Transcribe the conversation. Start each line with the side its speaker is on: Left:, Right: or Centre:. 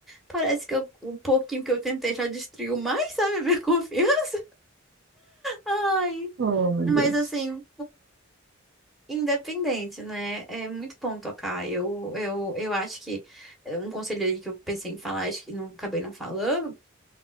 Centre: parece que eu- o pouquinho que eu tentei já destruiu mais, sabe, a minha <laughs> confiança. Ai,
Right: Oh, meu
Centre: mas
Right: Deus.
Centre: assim, Independente, né? É muito bom tocar. Eu, eu, eu acho que é, um conselho aí que eu pensei em falar, acho que não acabei não falando,